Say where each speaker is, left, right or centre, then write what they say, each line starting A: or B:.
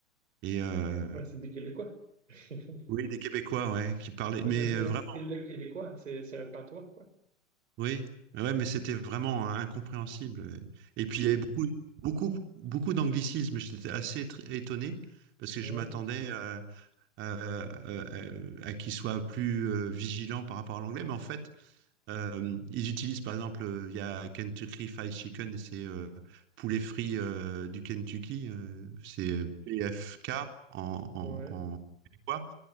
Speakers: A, on the right (about 30°); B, on the right (about 80°).
A: Et euh,
B: Ouais, c'est des Québécois. <laughs>
A: oui, des Québécois, ouais, qui parlaient,
B: Mais
A: mais
B: C'est-à-dire,
A: euh, vraiment
B: c'est le Québécois, c'est c'est un patois, quoi.
A: Oui, ouais, mais c'était vraiment incompréhensible. Et puis il y avait beaucoup, beaucoup, beaucoup d'anglicisme. J'étais assez étr- étonné parce que
B: Ouais,
A: je m'attendais euh, euh, euh, à, qu'ils soient plus euh, vigilants par rapport à l'anglais. Mais en fait, euh, ils utilisent par exemple, euh, il y a Kentucky Fried Chicken et c'est euh, poulet frit euh, du Kentucky, euh, c'est PFK en, en,
B: ouais.
A: en québécois.